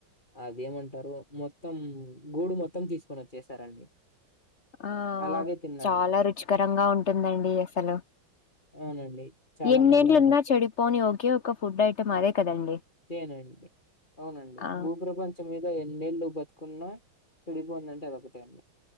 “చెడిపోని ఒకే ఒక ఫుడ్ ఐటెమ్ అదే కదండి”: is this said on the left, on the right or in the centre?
Left